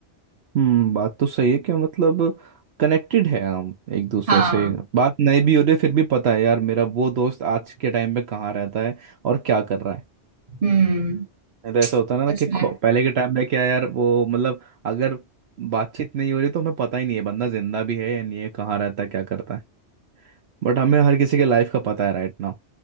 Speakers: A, on the right (about 65°); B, on the right (about 30°).
A: हम्म बात तो सही है क्या मतलब कनेक्टेड है हम एक दूसरे
B: हाँ
A: से बात नहीं भी हो रही फिर भी पता है यार मेरा वो दोस्त आज के टाइम पे कहाँ रहता है और क्या कर रहा है
B: हम्म
A: नहीं तो ऐसा होता है ना
B: सच
A: कि खो-
B: में
A: पहले के टाइम पे क्या यार वो मतलब अगर बातचीत नहीं हो रही तो हमें पता ही नहीं है बंदा जिंदा भी है या नहीं है कहाँ रहता है क्या करता है बट हमें हर किसी के लाइफ का पता है राइट नाउ